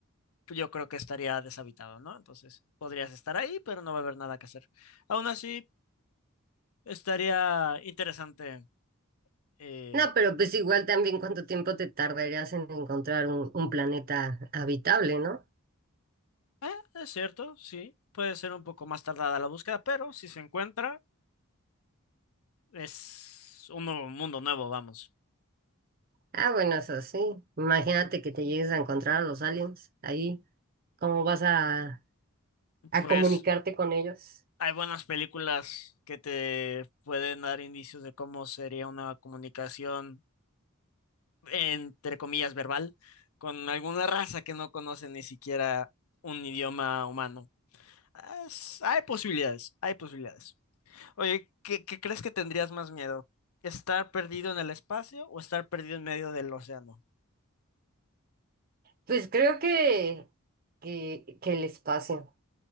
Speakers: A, on the left (about 75°); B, on the right (about 40°).
A: yo creo que estaría deshabitado, ¿no? Entonces podrías estar ahí, pero no va a haber nada que hacer. Aún así, estaría interesante. eh,
B: No, pero pues igual también cuánto tiempo te tardarías en encontrar un, un planeta habitable, ¿no?
A: eh, es cierto, sí, puede ser un poco más tardada la búsqueda, pero si se encuentra, es un nuevo mundo nuevo, vamos.
B: Ah, bueno, eso sí. Imagínate que te llegues a encontrar a los aliens ahí. ¿Cómo vas a, a
A: Pues
B: comunicarte con ellos?
A: hay buenas películas que te pueden dar indicios de cómo sería una comunicación, entre comillas, verbal, con alguna raza que no conoce ni siquiera un idioma humano. Es- hay posibilidades, hay posibilidades. Oye, ¿qué, qué crees que tendrías más miedo? ¿Estar perdido en el espacio o estar perdido en medio del océano?
B: Pues creo que, que, que el espacio.